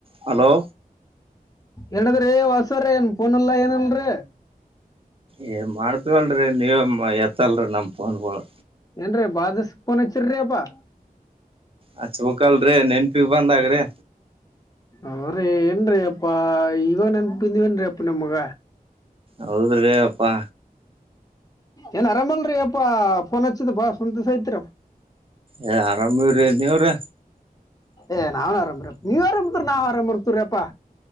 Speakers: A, on the right (about 35°); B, on the left (about 25°).
A: Hello
B: ಏನದ್ರ ಏ ಹೊಸರ ಏನ್ಫೋನಲ್ಲಾ ಏನಲ್ರೀ
A: ಏ ಮಾಡ್ತವಲ್ರಿ ನೀವೇ ಎತ್ತಲ್ರರಿ ನಮ್ಮ ಫೋನ್ಗಳು
B: ಏನ್ರೀ ಬಾದಸ್ಕನ್ ಹಚ್ಚಿ್ರಿ ಅಪ್ಪಾ.
A: ಆ ಚ ಬಕಲ್ರರಿ ನೆನ್ಪಿಿಗೆ ಬಂದಗ್ರಿ.
B: ಅವ್ರೀ ಏನ್ರೀ ಅಪ್ಪಾ ಇವಾಗ ನನ್ ಬಿಂದ್ವೇನ್ ಅಪ್ಪ ನಿಮಗ
A: ಹೌದ್ರೀ ಅಪ್ಪಾ
B: ಏ ಅರಮಲ್ರಿೀಪ್ಪ ಅಪ್ಪ ಫೋನ್ಚ್ಚಿದ ಬಾ ಸಂತ ಸ ಹತ್ರ
A: ಏ ಆರಾಮಿವ್ರಿ ನೀವ್ರಿ
B: ಏ್ ನಾವ್ನ್ ಆರಾಮ್್ರ ನೀವ್ ಆರಾಮ್ತ ನಾವ್ ಆರಾಮ್ ಇರ್ತ್ರಪ್ಪಾ